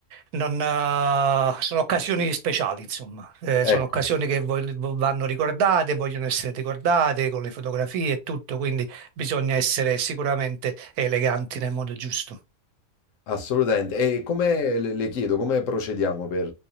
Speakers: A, on the right (about 85°); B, on the left (about 65°).
A: non, eh, sono occasioni speciali, insomma, Eh, sono
B: Ecco.
A: occasioni che vog- vanno ricordate, vogliono essere ricordate con le fotografie e tutto, quindi bisogna essere sicuramente eleganti nel modo giusto.
B: Assolutamente. E come le, le chiedo, come procediamo per